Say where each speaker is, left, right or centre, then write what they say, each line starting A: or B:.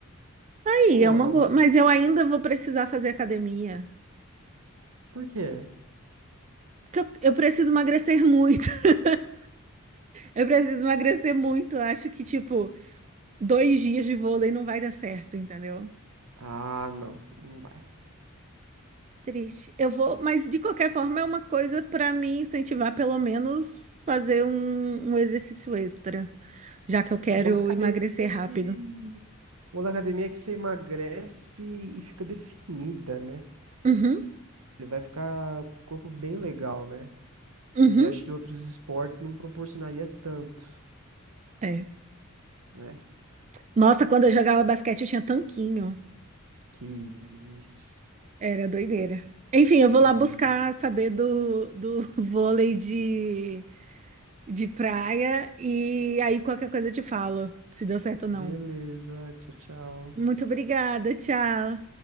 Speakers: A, on the right; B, on the right.
A: Aí,
B: Pô,
A: é uma boa. Mas eu ainda vou precisar fazer academia.
B: por quê?
A: Porque eu, eu preciso emagrecer muito. <laughs> Eu preciso emagrecer muito. Eu acho que, tipo, dois dias de vôlei não vai dar certo, entendeu?
B: Ah, não, não vai.
A: Triste. Eu vou, mas de qualquer forma é uma coisa pra me incentivar, pelo menos, fazer um, um exercício extra. já que eu quero
B: Vou na academia
A: emagrecer rápido.
B: que O da academia é que você emagrece e fica definida, né?
A: Uhum,
B: S- Você vai ficar com o corpo bem legal, né? Que
A: uhum,
B: acho que outros esportes não proporcionaria tanto,
A: é.
B: né?
A: Nossa, quando eu jogava basquete eu tinha tanquinho.
B: Que isso.
A: Era doideira. Enfim, eu vou
B: Que
A: lá
B: isso.
A: buscar saber do, do <laughs> vôlei de, de praia e aí qualquer coisa eu te falo, se deu certo ou não.
B: Beleza. Tchau, tchau.
A: Muito obrigada, tchau.